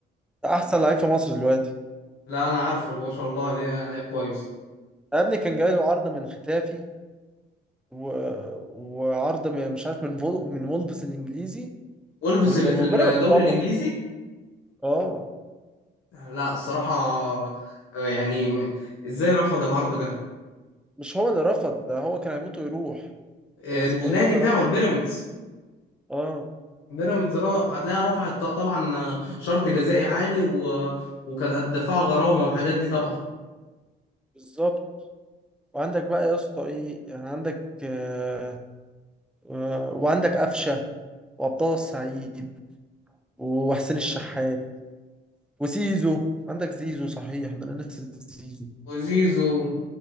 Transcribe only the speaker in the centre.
احسن لعيب في مصر دلوقتي
يا ابني كان جاي له عرض من ختافي و... وعرض من- مش عارف من فول... من وولفز الانجليزي
وإن-
وبيراميدز
رفض
اه
مش هو اللي رفض ده هو كان هيموت ويروح
آه،
اسمه ايه ده اللي
رفض
اه
بالظبط وعندك بقى يا اسطى ايه يعني عندك آه آه، وعندك قفشه وعبد السعيد وحسين الشحات وزيزو عندك زيزو صحيح ده انا ناسي زيزو